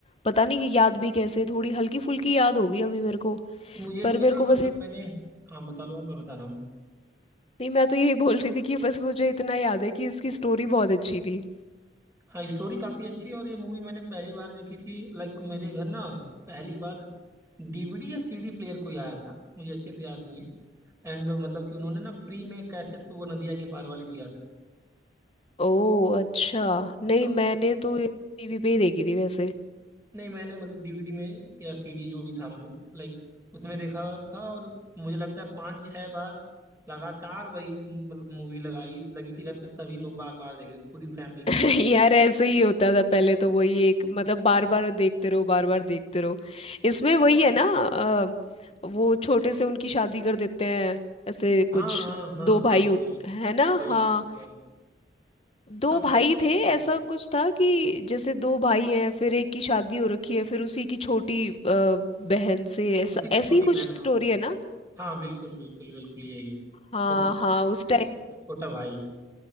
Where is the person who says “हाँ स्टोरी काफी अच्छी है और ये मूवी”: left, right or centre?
Right